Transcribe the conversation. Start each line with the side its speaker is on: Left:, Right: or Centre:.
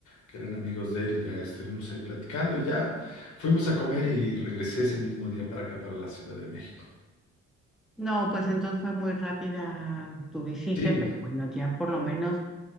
Left: que eran amigos de él y ya estuvimos ahí platicando y ya fuimos a comer y regresé ese mismo día para acá, para la Ciudad de México.
Centre: No, pues entonces fue muy rápida tu visita,
Left: Sí,
Centre: pero bueno, ya por lo menos